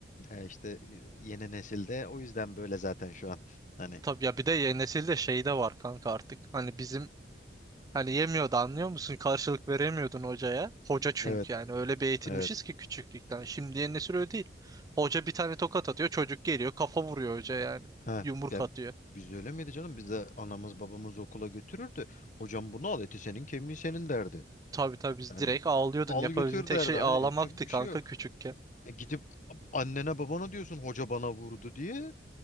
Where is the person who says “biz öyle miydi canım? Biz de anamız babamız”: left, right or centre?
Left